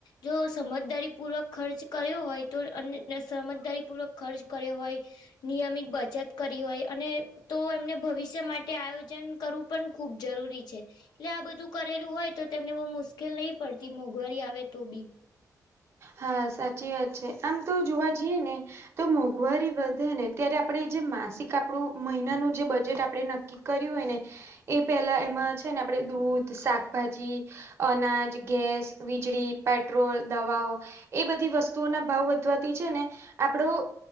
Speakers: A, on the left (about 85°); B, on the right (about 40°).
A: જો સમજદારીપૂર્વક ખર્ચ કર્યો હોય તો અનેને સમજદારીપૂર્વક ખર્ચ કર્યો હોય નિયમિત બચત કરી હોય અને તો એમને ભવિષ્ય માટે આયોજન કરવું પન ખૂબ જરૂરી છે. એટલે આ બધું કરેલું હોય તો તેમને બઉ મુશ્કેલ નહી પડતી મોંઘવારી આવે તો બી.
B: હા સાચી વાત છે. આમ તો જોવા જઈએ ને તો મોંઘવારી વધે ને ત્યારે આપડે જે માસિક આપડુ મહિનાનું જે બજેટ આપડે નક્કી કર્યું હોય ને એ પેલા એમાં છે ને આપડે દૂધ, શાકભાજી અનાજ, ગેસ, વીજળી, પેટ્રોલ દવાઓ એ બધી વસ્તુઓ ના ભાવ વધવાતી છે ને આપડો